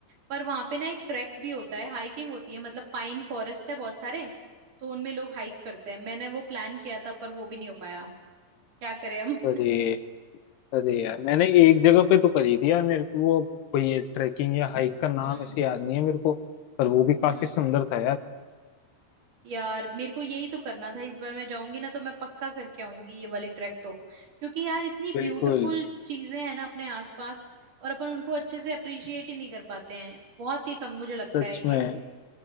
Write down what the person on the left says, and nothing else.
अरे
अरे यार मैंने एक जगह पे तो करी थी यार मेरे को वो कोई ये ट्रैकिंग या हाइक का नाम
ऐसे याद नहीं है मेरे को पर वो भी काफी
सुंदर था यार
बिल्कुल
सच
में